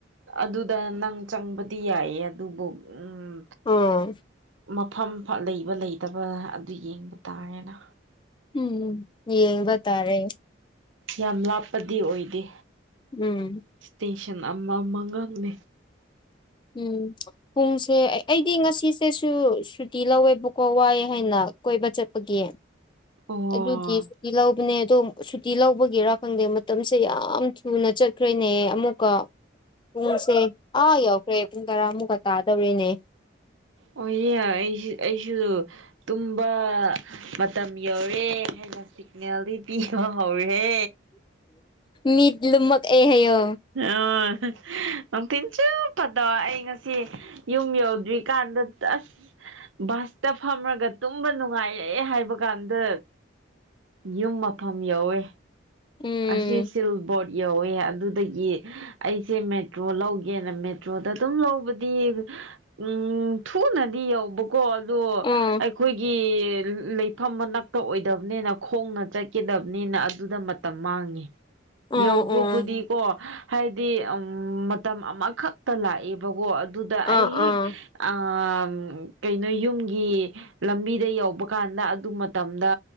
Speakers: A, on the right (about 80°); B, on the left (about 25°).
A: ꯑꯗꯨꯗ ꯅꯪ ꯆꯪꯕꯗꯤ ꯌꯥꯏꯌꯦ ꯑꯗꯨꯕꯨ ꯎꯝ
B: ꯑꯥ
A: ꯃꯐꯝ ꯐ ꯂꯩꯕ ꯂꯩꯇꯕ ꯑꯗꯨ ꯌꯦꯡꯕ ꯇꯥꯔꯦꯅ
B: ꯎꯝ ꯌꯦꯡꯕ ꯇꯥꯔꯦ
A: ꯌꯥꯝ ꯂꯥꯞꯄꯗꯤ ꯑꯣꯏꯗꯦ
B: ꯎꯝ
A: ꯏꯁꯇꯦꯁꯟ ꯑꯃ ꯑꯃꯉꯥꯛꯅꯦ
B: ꯎꯝ ꯄꯨꯟꯁꯦ ꯑꯩꯗꯤ ꯉꯁꯤ ꯐꯤꯁꯁꯦꯁꯨ ꯁꯨꯇꯤ ꯂꯧꯋꯦꯕꯀꯣ ꯋꯥꯏꯌꯦ ꯍꯥꯏꯅ ꯀꯣꯏꯕ ꯆꯠꯄꯒꯤ
A: ꯑꯣ
B: ꯑꯗꯨꯗꯤ ꯁꯨꯇꯤ ꯂꯧꯕꯅꯦ ꯑꯗꯨꯝ ꯁꯨꯇꯤ ꯂꯧꯕꯒꯤꯔꯥ ꯈꯪꯗꯦ ꯃꯇꯝꯁꯦ ꯌꯥꯝ ꯊꯨꯅ ꯆꯠꯈ꯭ꯔꯦꯅꯦ ꯑꯃꯨꯛꯀ ꯄꯨꯡꯁꯦ ꯑꯥ ꯌꯧꯈ꯭ꯔꯦ ꯄꯨꯡ ꯇꯔꯥ ꯑꯃꯨꯛꯀ ꯇꯥꯗꯧꯔꯦꯅꯦ
A: ꯑꯣꯌꯦ ꯑꯩ <unintelligible> ꯑꯩꯁꯨ ꯇꯨꯝꯕ ꯃꯇꯝ ꯌꯧꯔꯦ ꯍꯥꯏꯅ ꯁꯤꯒꯅꯦꯜꯗꯤ ꯄꯤꯕ ꯍꯧꯔꯦ
B: ꯃꯤꯠ ꯂꯨꯝꯃꯛꯑꯦ ꯍꯥꯏꯌꯣ
A: ꯑꯣ ꯅꯨꯡꯊꯤꯟ ꯆꯨꯞꯄꯗꯣ ꯑꯩ ꯉꯁꯤ ꯌꯨꯝ ꯌꯧꯗ꯭ꯔꯤꯀꯥꯟꯗ ꯇꯁ ꯕꯁꯇ ꯐꯝꯃꯒ ꯇꯨꯝꯕ ꯅꯨꯡꯉꯥꯏꯌꯦ ꯍꯥꯏꯕ ꯀꯥꯟꯗ ꯌꯨꯝ ꯃꯐꯝ ꯌꯧꯋꯦ
B: ꯎꯝ
A: ꯑꯁꯤꯁꯨ ꯕꯣꯔꯗ ꯌꯧꯋꯦ ꯑꯗꯨꯗꯒꯤ ꯑꯩꯁꯦ ꯃꯦꯇ꯭ꯔꯣ ꯂꯧꯒꯦꯅ ꯃꯦꯇ꯭ꯔꯣꯗ ꯑꯗꯨꯝ ꯂꯧꯕꯗꯤ ꯎꯝ ꯊꯨꯅꯗꯤ ꯌꯧꯕꯀꯣ ꯑꯗꯣ
B: ꯑꯥ
A: ꯑꯩꯈꯣꯏꯒꯤ ꯂꯩꯐꯝ ꯃꯅꯛꯄ ꯑꯣꯏꯗꯕꯅꯤꯅ ꯈꯣꯡꯅ ꯆꯠꯀꯗꯕꯅꯤꯅ ꯑꯗꯨꯗ ꯃꯇꯝ ꯃꯥꯡꯉꯤ
B: ꯑꯥ
A: ꯌꯧꯕꯕꯨꯗꯤꯀꯣ
B: ꯑꯥ
A: ꯍꯥꯏꯗꯤ ꯑꯝ ꯃꯇꯝ ꯑꯃꯈꯛꯇ ꯂꯥꯛꯑꯦꯕꯀꯣ ꯑꯗꯨꯗ ꯑꯩ
B: ꯑꯥ
A: ꯍꯦꯛ
B: ꯑꯥ
A: ꯑ ꯀꯩꯅꯣ ꯌꯨꯝꯒꯤ ꯂꯝꯕꯤꯗ ꯌꯧꯕ ꯀꯥꯟꯗ ꯑꯗꯨ ꯃꯇꯝꯗ